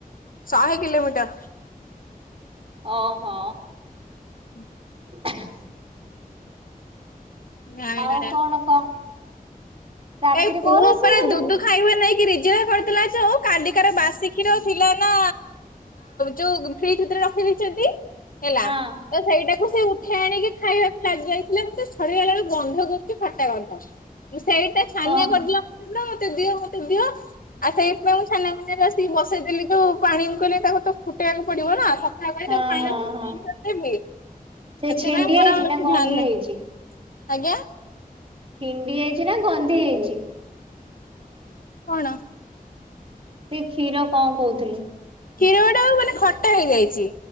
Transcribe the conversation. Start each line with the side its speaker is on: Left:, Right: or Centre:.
Left: ଶହେ କିିଲୋମିଟର।
Right: ଅ ହୋ।
Left: ହୁଁ
Right: ହ
Left: କିଲୋମିଟର
Right: ଆଉ କଣ କହ। ରାତିରେ
Left: ଏଇପ୍ ମୁଁ
Right: କଣ ରୋଷେଇ
Left: ଉପରେ
Right: କରିବୁ?
Left: ଦୁଦୁ ଖାଇବ ନେଇକିରି <unintelligible> କାଲିକାର ବାସି କ୍ଷିର ଥିଲା ନା ଯୋଉ ଫ୍ରିଜ୍ ଭିତରେ ର ଫିରିଛନ୍ତି ହେଲା।
Right: ହଁ
Left: ତ ସେଇଟାକୁ ସେ ଉଠେଇ ଆଣିକି ଖାଇବାକୁ ଲାଗି ଯାଇଥିଲେ ମୁଁ ସେ ଛଡେଇ ଆଣିଲା ବେଳୁ ଗନ୍ଧ କରୁଛି ଖଟା ଗନ୍ଧ। ସେଇଟା ଛାନିଆ
Right: ଓହୋ
Left: କରିଦେ ମତେ ଦିଅ ମତେ ଦିଅ। ଆଉ ସେଇଥିପାଇଁ ମୁଁ ଛେନା ମିନି ରେ ଆସିକି ବସେଇଦେଲି ଯୋଉ ପାଣି ମୁଁ କହିଲି ତାକୁ ତ ଫୁଟେଇବାକୁ ପଡିବ ନା। ତା ପାଇଁ
Right: ହଁ
Left: ତାକୁ ପାଣି
Right: ହଁ
Left: ଫୁଟଇକି
Right: ହଁ।
Left: କରଦେଲି।
Right: ସେ
Left: ସେଥିପାଇଁ
Right: ଛିଣ୍ଡି ଯାଇଛି
Left: ମୋର ଧ୍ୟାନ
Right: ନା ଗନ୍ଧି
Left: ନାହିଁ
Right: ହେଇଛି?
Left: ଆଜ୍ଞା
Right: ଛିଣ୍ଡି ଯାଇଚି ନା ଗନ୍ଧି ଯାଇଛି।
Left: କଣ?
Right: ସେ କ୍ଷୀର କଣ କହୁଥିଲୁ।
Left: କ୍ଷୀରଟା ମାନେ ଖଟା ହେଇଯାଇଛି